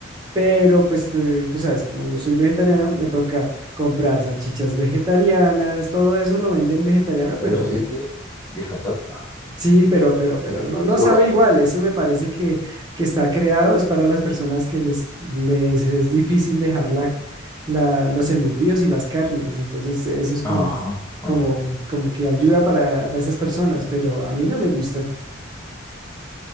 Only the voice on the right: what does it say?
pero pues eh, tú sabes, como yo soy vegetariano, me toca comprar salchichas vegetarianas, todo eso lo venden vegetariano, pero
obvia-
Sí, pero, pero, pero
no,
no
sabe igual. Eso me parece que, que está creado, es para las personas que les, les es difícil dejar la, la- los embutidos y las carnes. Entonces, eso es
como,
como, como que ayuda para, para esas personas, pero a mí no me gusta.